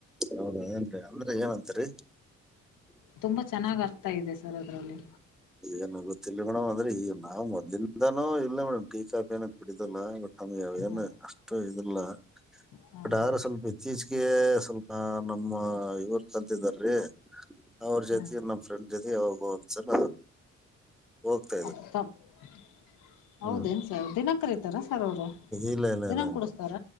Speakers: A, in the centre; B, on the left.
A: ಹೌದಾ ಏನ್ರಿ ಅಂದ್ರ ಏನ್ ಅಂತರಿ
B: ತುಂಬಾ ಚೆನ್ನಾಗಿ ಅರ್ಥ ಇದೆ ಸರ್ ಅದರಲ್ಲಿ
A: ಏನ್ ಗೊತ್ತಿಲ್ಲ ಮೇಡಮ್ ಅಂದ್ರೆ ಈಗ ನಾ ಮೊದ್ಲಇಂದನು ಇಲ್ಲ ಮೇಡಮ್ ಟೀ ಕಾಫಿ ನ ಕುಡಿದಲ್ಲ ಬಟ್ ಆ ಏನು
B: ಹ
A: ಅಷ್ಟ ಇದ ಇಲ್ಲ <inaudible>
B: ಹಾ
A: ಬಟ್
B: ಸರ್
A: ಅದ್ರ ಸ್ವಲ್ಪ ಇತ್ತ ಇತ್ತೀಚಿಗೆ ಸ್ವಲ್ಪ ನಮ್ಮ ಇವರ್ ಕಲಿತಿದ್ದಾರಿ ಅವ್ರ ಜೊತೆ
B: ಹ
A: ನಮ್ಮ ಫ್ರೆಂಡ್ ಜೊತೆ ಯಾವಾಗೋ ಒಂದ್ಸಲ ಹೋಗ್ತಾ ಇದ್ರಿ
B: ಅದ ತ <inaudible> ಹೌದೇನ್
A: ಹ್ಮ್
B: ಸರ್ ದಿನಾ ಕರಿತಾರ ಏನ್ ಸರ್ ಅವರು
A: ಇಲ್ಲ ಇಲ್ಲ
B: ದಿನ
A: ಇಲ್ಲ
B: ಕುಡಸ್ತಾರ
A: ಮೇಡಮ್